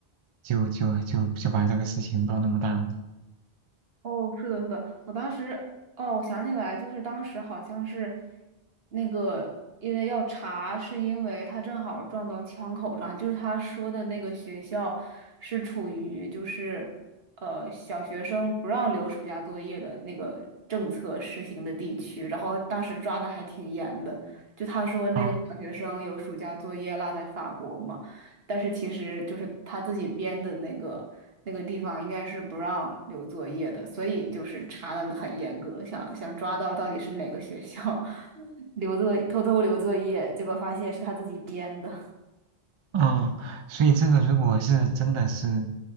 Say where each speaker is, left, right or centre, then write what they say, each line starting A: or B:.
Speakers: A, on the right; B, on the right.
A: 就就就就把这个事情闹那么大了。
B: 哦，是的，是的，我当时，哦，我想起来，就是当时好像是那个，因为要查，是因为他正好撞到枪口上，就是他说的那个学校是处于就是呃小学生不让留暑假作业的那个政策实行的地区，然后当时抓的还挺严的，就他说那个小学生有暑假作业落在法国嘛。
A: 哦
B: 但是其实就是他自己编的那个那个地方应该是不让留作业的，所以就是查的很严格，想想抓到到底是哪个学校 <laughs> 留作偷偷留作业，结果发现是他自己编的。
A: 嗯，所以这个如果是真的是，